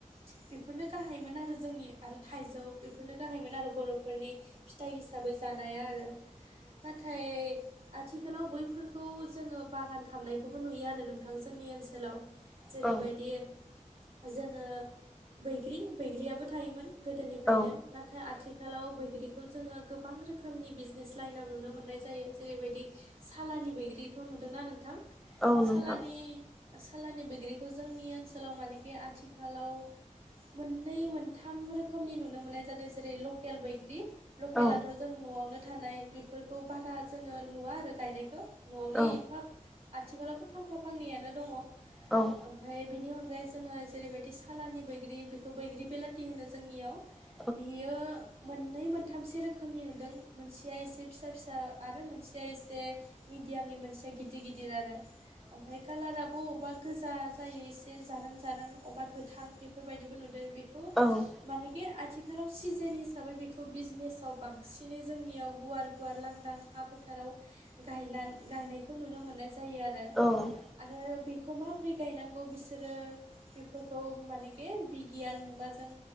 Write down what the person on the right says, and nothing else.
थिख बेफोरनो गाहायमोन आरो जोंनि आरो थाइजौ बेफोरनो गाहायमोन आरो बर'फोरनि फिथाइ हिसाबै जानाया आरो। नाथाय आथिखालाव बैफोरखौ जोङो बागान खालामामनायखौबो नुयो आरो नोंथां जोंनि ओनसोलाव। जेरैबायदि
जोङो बैग्रि बैग्रियाबो थायोमोन। गोदोनिफ्रायनो
नाथाय आथिखालाव बैग्रिखौ जोङो गोबां रोखोमनि बिजनेस लाइनाव नुनो मोननाय जायो जेरैबायदि सालानि बैग्रिखौ नुदोंना नोंथां
सनि सालानि बैग्रि थ' जोंनि ओनसोलाव मानेखि आथिखालाव मोननै मोनथाम रोखोमनि नुनो मोननाय जादों जेरै लकेल बैग्रि लकेलाथ'
जों न'आवनो थानाय बेफोरखौ बारा जोङो नुवा आरो गायनायखौ न'आवनो
एफा आथिखालावबो फांफा फांनैयानो दङ।
ओमफ्राय बिनि अनगायै जोङो जेरैबायदि सालानि बैग्रि बेखौ बैग्रि बेलाथि होनो जोंनियाव।
बियो मोननै मोनथामस रोखोमनि नुदों मोनसेया एसे फिसा फिसा आरो मोनसेया एसे मिडियामनि मोनसेया गिदिर गिदिर आरो ओमफ्राय कालाराबो बबेबा गोजा जायो एसे जारोम जारोम अबेबा गोथां बेफोरबायदिबो नुदों बेखौ
मानेखि आथिखालाव सिजेन हिसाबै बेखौ बिजनेसाव बांसिनै जोंनियाव गुवार- गुवार लांदां हा फोथाराव गायना गायनायखौ नुनो मोननाय जायो आरो।
आरो बेखौ माबोरै गायनांगौ बिसोरो बेफोरखौ मानेखे बिगियान मुगाजों